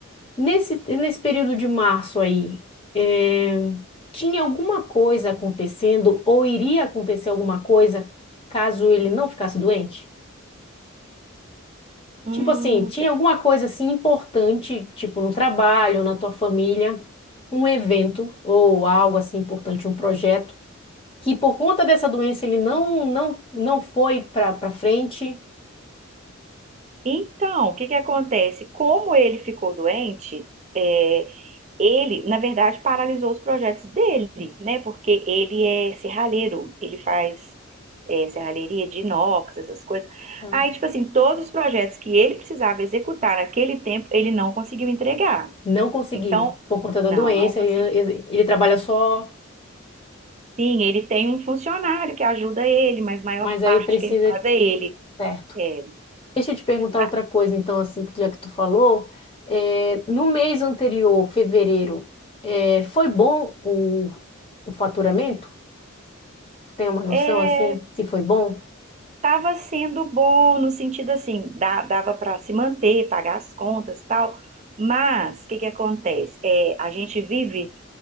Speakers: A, on the left; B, on the right.
A: nesse, nesse período de março aí, é, tinha alguma coisa acontecendo ou iria acontecer alguma coisa caso ele não ficasse doente?
B: hum,
A: Tipo assim, tinha
B: cê-
A: alguma coisa assim importante, tipo no trabalho, na tua família, um evento ou algo assim importante, um projeto, que por conta dessa doença ele não não não foi para para frente,
B: então, o que que acontece? Como ele ficou doente, é, ele, na verdade, paralisou os projetos dele, né? Porque ele é serralheiro, ele faz, é, serralheria de inox, essas coisas.
A: tá?
B: Aí, tipo assim, todos os projetos que ele precisava executar naquele tempo, ele não conseguiu entregar.
A: Não conseguiu
B: Então,
A: por conta
B: não,
A: da doença,
B: não conseguiu.
A: ele, ele, ele trabalha só,
B: Sim, ele tem um funcionário que ajuda ele, mas maior
A: mas aí
B: parte
A: precisa,
B: quem faz
A: de
B: é ele.
A: certo?
B: É,
A: Deixa eu te perguntar
B: a-
A: outra coisa, então, assim, que já que tu falou, é, no mês anterior, fevereiro, é, foi bom o, o faturamento? Tu tem uma noção
B: é,
A: assim, se foi bom?
B: tava sendo bom no sentido assim, dá- dava para se manter, pagar as contas, tal. Mas o que que acontece? É, a gente vive